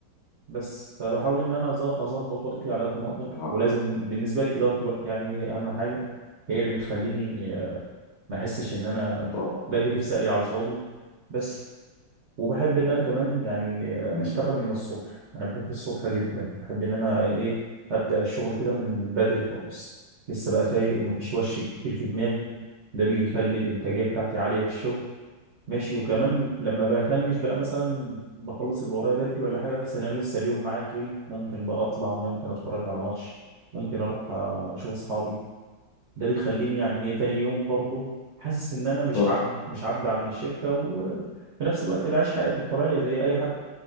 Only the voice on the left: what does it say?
آه،
طب
مم،
طب